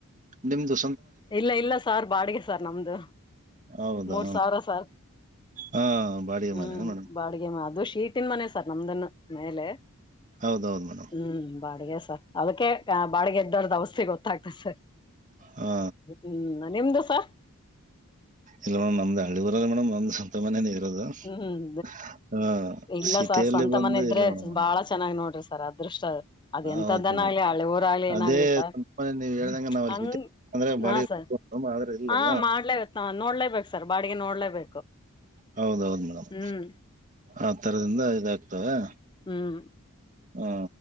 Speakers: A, on the right; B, on the left.
A: ನಿಮದುು
B: ಇಲ್ಲ ಇಲ್ಲ ಸಾರ್ ಬಾಡಿಗೆ ಸಾರ್ ನಮ್ದು
A: ಹೌದಾ
B: ಮೂರ್ ಸಾವಿರ ಸರ್
A: ಹಾ ಬಾಡಿಗೆ
B: ಹ್ಮ್
A: ಮನೆನಾ ಮೇಡಮ್
B: ಬಾಡಿಗೆ ಮಾಧು ಕೀಟನ್ ಮನೆ ಸರ್ ನಮ್ದನ್ ಮೇಲೆ
A: ಹೌದೌದು್ ಮೇಡಮ್
B: ಹ್ಮ್ ಬಾಡಿಗೆ ಸರ್ ಅದಕ್ಕೆ ಬಾಡಿಗೆ ಎದ್ದಾರ್ದು ಅವಸ್ಥೆ ಗೊತ್ತಾಗ್ತದೆ ಸರ್
A: ಹಾ
B: ಹ್ಮ್ ನಿಮ್ದುಸ
A: ಇಲ್ಲ ಮೇಡ್ ನಮ್ದ ಹಳ್ಳಿವರಲ್ಲ ಮೇಡ್ ನಮ ಸ್ವಂತ ಮನೇನ ಇರೋದು
B: ಹ್ಮ್
A: ಹ
B: ಇಲ್ಲ
A: ಸಿಟಿಯಲ್ಲಿ
B: ಸರ್ ಸ್ವಂತ
A: ಬಂದು
B: ಮನೆ ಇದ್ರೆ
A: ಇಲ್ಲ ಮೇಡಮ್ ಒ
B: ಬಾಳ ಚೆನ್ನಾಗ್ ನೋಡ್ರಿ ಸರ್ ಅದೃಷ್ಟ ಅದ್ ಎಂತದ್ದನ
A: ಹೌದ ಮೇಡಮ್
B: ಆಗ್ಲಿ ಹಳೆ ಊರಾಗ್ಲಿ ಏನಾಗ್ಲಿ
A: ಅದೇ
B: ಸರ್
A: ಮ ನೀವ್ ಹೇಳ್ದಂಗ ನಾವ್ ಅಲ್ಲಿ
B: ಹಂಗ್
A: ಅಂದ್ರೆ ಬಾಡಿಗೆ
B: ಹಾ ಸರ್
A: ಆದ್ರೆ ಇಲ್ಲಲ್ಲ
B: ಹಾ ಮಾಡ್ಲೇಬೇಕ ನೋಡ್ಲೇಬೇಕು ಸರ್ ಬಾಡಿಗೆ ನೋಡ್ಲೇಬೇಕು
A: ಹೌದೌದು ಮೇಡಮ್
B: ಹ್ಮ್
A: ಆ ತರದಿಂದ ಇದಾಗ್ತವೆ
B: ಹ್ಮ್
A: ಹಾ